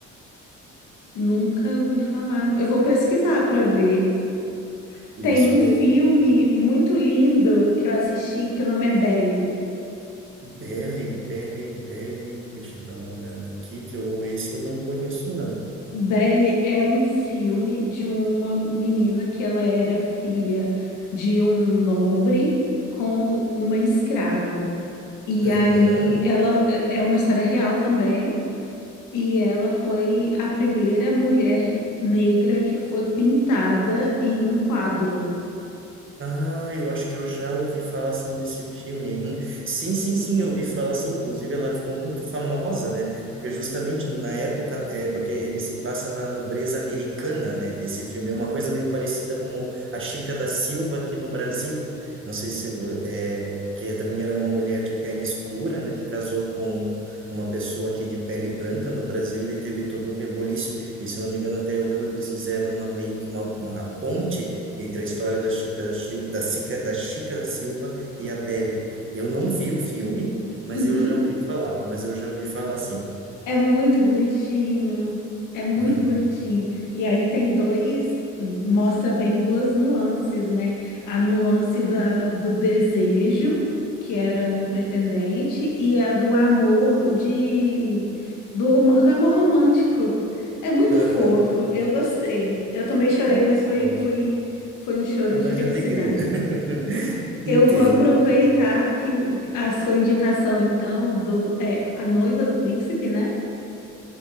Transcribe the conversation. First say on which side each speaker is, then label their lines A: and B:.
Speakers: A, on the left; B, on the right.
A: nunca ouvi falar. Eu vou pesquisar para ver.
B: Isso,
A: Tem um
B: e daí
A: filme
B: tem
A: muito lindo que eu assisti, que o nome é Belle.
B: Belle, Belle, Belle, deixa eu dar uma olhada aqui, que eu, esse eu não conheço, não.
A: Belle é um filme de uma menina que ela era filha de um nobre com uma escrava. E
B: Aham,
A: aí ela é é uma história real também. E ela foi a primeira mulher negra que foi pintada em um quadro.
B: Ah, eu acho que eu já ouvi falar assim desse filme. hum. Sim, sim, sim, eu ouvi falar assim. Inclusive, ela ficou muito famosa, né? Porque justamente no- na época, é porque ele se passa na nobreza americana, né? Esse filme é uma coisa meio parecida como a Chica da Silva aqui no Brasil. Não sei se é, que também era uma mulher de pele escura, né? Que casou com uma pessoa aqui de pele branca no Brasil e daí teve todo um reboliço. E se eu não me engano, até eu lembro que eles fizeram uma meio que uma, uma ponte entre a história da Chica da, Sil- da, Cica- da Chica da Silva e a Belle. Eu não vi o filme, mas
A: Uhum.
B: eu já ouvi falar. Mas eu já ouvi falar sim.
A: É muito bonitinho, é muito
B: Uhum.
A: bonitinho. E aí tem dois, mostra bem duas nuances, né? A nuance da, do desejo, que era um pretendente, e a do amor de, do, do amor romântico. É muito
B: Aham.
A: fofo, eu gostei. Eu também chorei,
B: Ah,
A: mas
B: que
A: foi,
B: bom.
A: foi, foi um choro
B: Foi mais
A: de felicidade.
B: de alegria. <laughs> Entendo.
A: Eu vou aproveitar que a sua indicação, então, do, é, A Noiva do Príncipe, né?